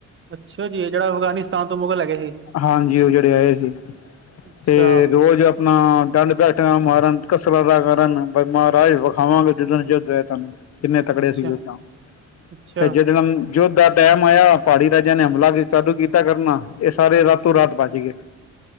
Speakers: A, on the right (about 40°); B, on the left (about 55°).
A: ਅੱਛਾ ਜੀ ਜਿਹੜਾ ਅਫਗਾਨਿਸਤਾਨ ਤੋਂ ਮੁਗਲ ਹੈਗੇ ਸੀ
B: ਹਾਂਜੀ ਉਹ ਜਿਹੜੇ ਆਏ ਸੀ।
A: ਅੱਛਾ
B: ਤੇ ਰੋਜ਼ ਆਪਣਾ ਡੰਡ ਬੈਟਣਾ ਮਾਰਨ ਕਸਰਤਾ ਦਾ ਕਰਨ। ਮਹਾਰਾਜ ਵਿਖਾਵਾਂਗੇ ਜਿੱਦਣ ਨੂੰ ਜਿੱਦ ਤੈਨੂੰ ਕਿੰਨੇ ਤਕੜੇ
A: ਅੱਛਾ
B: ਸੀ ਯੁੱਧਾਂ
A: ਅੱਛਾ
B: ਫ ਜਿਦਣ ਯੁੱਧ ਟਾਈਮ ਆਇਆ ਪਹਾੜੀ ਰਾਜਿਆਂ ਨੇ ਹਮਲਾ ਕਦੂ ਕੀਤਾ ਕਰਨਾ ਇਹ ਸਾਰੇ ਰਾਤੋਂ ਰਾਤ ਬੱਜ ਗਏ।